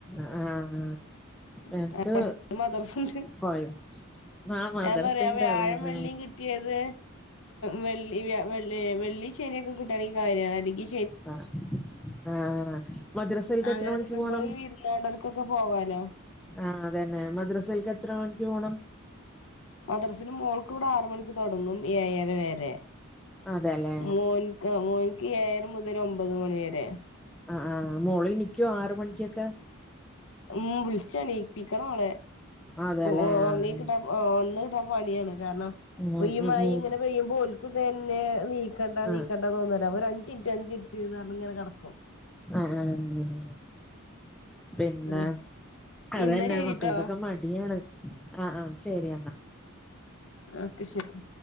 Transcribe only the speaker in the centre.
ആഹ് ആഹ്
നക്ക്
കൊയ ആാ മദരസണ്ട്
അത ന്നെ
ആഹ് ആഹ് മദ്രസയിൽക്ക്
എത്ര മണിക്ക്
പോണം
ആഹ് അത തന്നെ മദ്രസൽക്ക് എത്ര മണിക്ക് പോണം.
അതെ അല്ലെ
ആഹ് ആഹ് മോളി ഇനീൽക്കോ ആറ മണിക്കൊക്കെ.
അതെല്ലേ
ആഹ്
ഉം
ഉം
ഉം
ആഹ്
ആഹ് ആഹ് പിന്നെ
അത്ന്നെ
മക്കൾക്കൊക്കെ മടിയാണ് ആഹ് ആഹ് ശരിയാന്നാ.